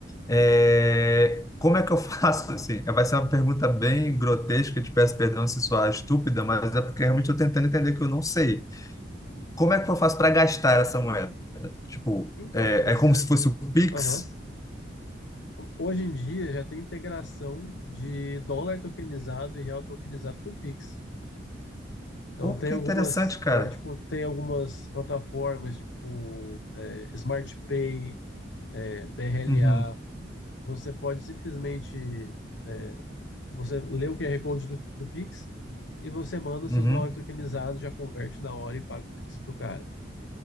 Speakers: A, on the left (about 20°); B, on the left (about 75°).
A: É, como é que eu <laughs> faço assim? É, Vai ser uma pergunta bem grotesca, eu te peço perdão se soar estúpida, mas é porque realmente estou tentando entender que eu não sei. Como é que eu faço para gastar essa moeda? Tipo,
B: Então,
A: é,
B: você,
A: é como se fosse o Pix.
B: aham. Hoje em dia já tem integração de dólar tokenizado e real tokenizado com o Pix. Então
A: Oh,
B: tem
A: que
B: algumas,
A: interessante, cara.
B: é, tipo, tem algumas plataformas, tipo é, Smart Pay, é, BRLA.
A: Uhum,
B: Você pode simplesmente é, você lê o QR Code do, do Pix e você manda
A: uhum.
B: seus dólares tokenizados, já converte na hora e paga o Pix pro cara.